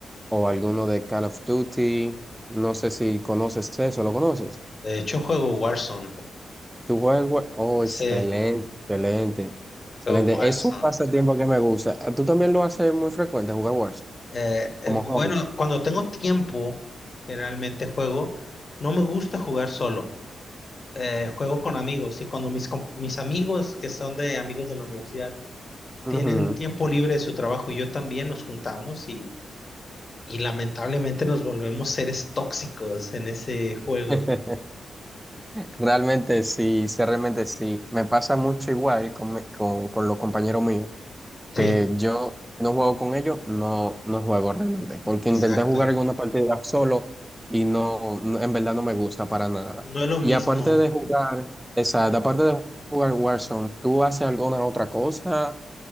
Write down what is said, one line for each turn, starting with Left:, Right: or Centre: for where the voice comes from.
Centre: o alguno de Call of Duty. No sé si conoces eso, ¿lo conoces?
Left: De hecho, juego Warzone.
Centre: ¿Tú juegas el War- Oh, excelente,
Left: Sí,
Centre: excelente. Excelente.
Left: juego Warzone.
Centre: Es un pasatiempo que me gusta. Ah, ¿Tú también lo haces muy frecuente, jugar Warzone?
Left: Eh, eh,
Centre: Como hobby.
Left: bueno, cuando tengo tiempo, generalmente juego. No me gusta jugar solo. Eh, juego con amigos y cuando mis, com- mis amigos, que son de amigos de la universidad,
Centre: Ujú.
Left: tienen tiempo libre de su trabajo y yo también nos juntamos y, y lamentablemente nos volvemos seres tóxicos en ese juego.
Centre: <laughs> Realmente sí, sí, realmente sí. Me pasa mucho igual con, mi- con, con los compañeros míos,
Left: Sí,
Centre: que yo no juego con ellos, no, no juego realmente, porque
Left: exacto.
Centre: intenté jugar alguna partida solo y no, no- en verdad no me gusta para nada.
Left: No es lo mismo.
Centre: Y aparte de jugar, exacto, aparte de jugar Warzone, ¿tú haces alguna otra cosa?